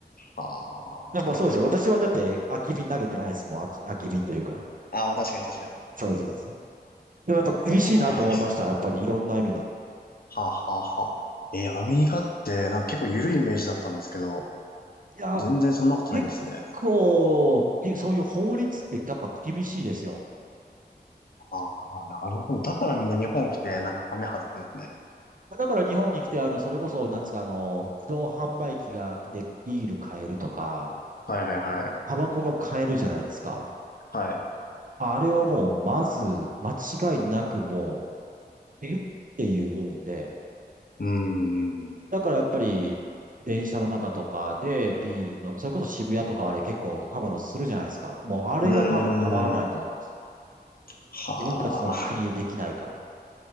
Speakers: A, on the left (about 60°); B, on the right (about 50°).
A: あ
B: でもそうですよ。
A: ー
B: 私はだって空き瓶投げてないです。もん。空き、空き瓶というか。
A: あー、まあ確かに確かに。
B: そうです、そうです。でもやっぱ厳しいなと思いました。
A: へえ。
B: やっぱりいろんな意味で。
A: はあはあはあ。えー、アメリカってなんか結構緩いイメージだったんですけど、
B: いや、
A: 全然そんなことないんですね。
B: 結構、いそういう法律ってやっぱ厳しいですよ。
A: ああ、なるほど。だからみんな日本来てなんかハメ外すんですね。
B: だから日本に来て、あの、それこそ、なんですか、あの、自動販売機が、で、ビール買えるとか、
A: はいはいはい。
B: タバコも買えるじゃないですか。
A: はい。
B: あれはもう、まず、間違いなくもう、えっていう部分で。
A: うーん。
B: だからやっぱり、電車の中とかでビールの、それこそ渋谷とかあれ結構たまのするじゃないですか。もうあれが多分たまらないんだと思います。
A: うーん。は
B: 自分たちの国でできないから。
A: あ。